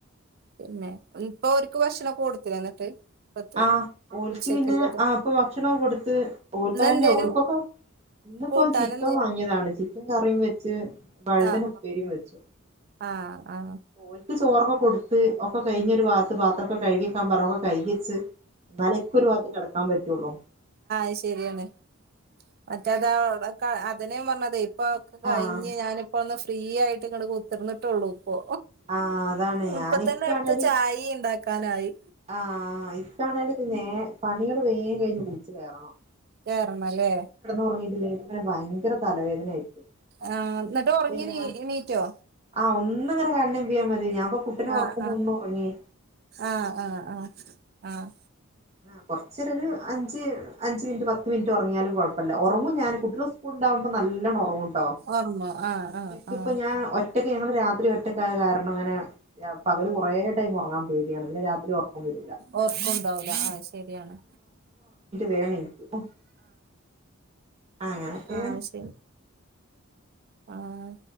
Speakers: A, on the right; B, on the right.
A: പിന്നെ ഇപ്പൊ ഒരക്ക് ഭക്ഷണം കോടുത്തില്ലോ എന്നിട്ട് ഇപ്പത്തെ
B: ആഹ് ഓലക്ക്
A: ഉച്ചക്ക്ള്ളത്
B: പിന്നെ ആഹ് ഇപ്പൊ ഭക്ഷണോ കൊടുത്ത് ഒള്ക്കായിന്റ
A: ഇന്നെന്തേനു
B: ഓൽക്കൊക്കെ ഇന്ന് ഇപ്പോ
A: കൂട്ടാനെന്തേനു
B: ചിക്കൻ വാങ്ങിയതാണ് ചിക്കൻ കറിയും വെച്ച് വഴ്താനാ
A: ആഹ്
B: ഉപ്പേരിയും വെച്ചു
A: ആഹ് ആഹ്
B: ഓൽക്ക് ചോറൊക്കെ കൊടുത്ത് ഒക്കെ കഴിഞ്ഞ് ഒര് ബാത്ത് പാത്രമൊക്കെ കഴ്കിവേക്കാൻ പറഞ്ഞ് <unintelligible> കഴികി വേച്ച് എന്നാലേ എക്ക് ഒര് ബാത്ത് കേടക്കാൻ പറ്റുള്ളൂ
A: <unintelligible> ശെരിയാണ് അടുത്തെ ദാ <unintelligible> അതന്നെ ഞാൻ പറഞ്ഞത് ഇപ്പൊ കഴിഞ്ഞ്
B: ആഹ്
A: ഞാനി ഇപ്പോം ഒന്ന് ഫി ഫ്രീ ആയിട്ട് <unintelligible> ഒള്ളു ഇപ്പൊ
B: ആഹ് അതാണ് ഞാൻ
A: ഇപ്പം തന്നെ
B: ഇക്കാണേല്
A: അട്ത്താ ചായേ ഇണ്ടാ ക്കാനായി
B: ആഹ് ഇപ്പോ ആണേല് നേർ പണികള് വേഗം കഴിഞ്ഞ് കുളിച്ച് കേയറണം
A: കേറാണം അല്ലെ
B: ഉറങ്ങിയിട്ടില്ലേ പിന്നെ എനിക്ക് ബയങ്കര തലവേദന ആരിക്കും
A: ആഹ് എന്നിട്ട് ഉറങ്ങി
B: <unintelligible> ഞാൻ
A: നീ എണീറ്റോ
B: ആഹ് ഒന്ന് <unintelligible> ക്കിയാമതി ഞാൻപ്പൊ കുട്ടിനെ ഒറക്കുമൊ
A: ആഹ് ആഹ്
B: ഒന്നൊറങ്യേയ്
A: ആഹ് ആഹ് ആഹ് ആഹ്
B: ആഹ് കൊറച്ചോര് അഞ്ച് അഞ്ച് മിനിറ്റ് പത്ത് മിനിറ്റ് ഒറങ്ങിയാലും കൊഴപ്പം ഇല്ല ഒറങ്ങും ഞാൻ കുട്ടികളേ സ്കൂള് ഒണ്ടാവകുമോ നല്ലോണ്ണം ഒറങ്ങുട്ടോ
A: ഓർമ്മോ ആഹ് ആഹ്
B: എന്നിട്ട്
A: ആഹ്
B: ഇപ്പോ ഞാൻ ഒറ്റ <unintelligible> ഒറ്റയ്ക്ക് ഞങ്ങള് രാത്രി ഒറ്റക്കായ്യാ കാരണം അങ്ങനെ പകല് കൊറേ ടൈം ഒറങ്ങാൻ പേടിണ് പിന്നെ രാത്രി ഒറക്കം വേരു
A: ഒറക്കും ഉണ്ടാവുല്ലാ ആഹാ ശെരിയാണ്
B: വേണം എനിക്ക് അങ്ങനൊക്കെ
A: ആഹ് ശരി ആഹ്